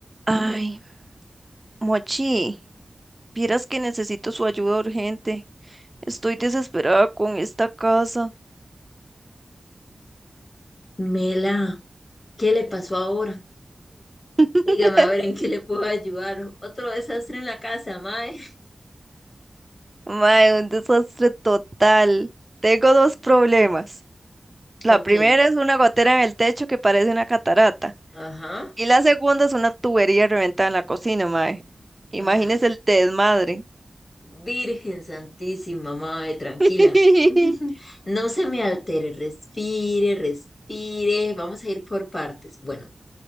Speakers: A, on the right (about 20°); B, on the left (about 40°).
A: Ay, Mochi, vieras que necesito su ayuda urgente. Estoy desesperada con esta casa.
B: Mela, ¿qué le pasó ahora?
A: <laughs>
B: Dígame a ver en qué le puedo ayudar. Otro desastre en la casa, mae.
A: Mae, un desastre total. Tengo dos problemas. La
B: Ok,
A: primera es una gotera en el techo que parece una catarata.
B: ajá.
A: Y la segunda es una tubería reventada en la cocina, mae. Imagínese
B: Ay,
A: el desmadre.
B: Virgen Santísima, mae, tranquila.
A: <laughs>
B: <laughs> No se me altere, respire, respire. Vamos a ir por partes. Bueno,